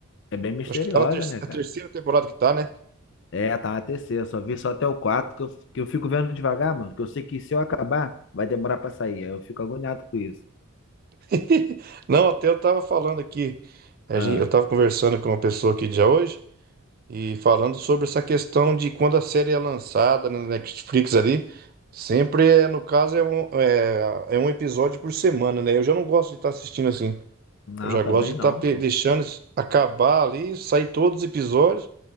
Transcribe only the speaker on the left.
É bem misteriosa,
né,
cara?
É, tá na terceira. Só vi só até o 4 que eu, que eu fico vendo devagar, mano. Que eu sei que se eu acabar, vai demorar pra sair. Aí eu fico agoniado com isso.
Ah,
não,
também
não,
pô.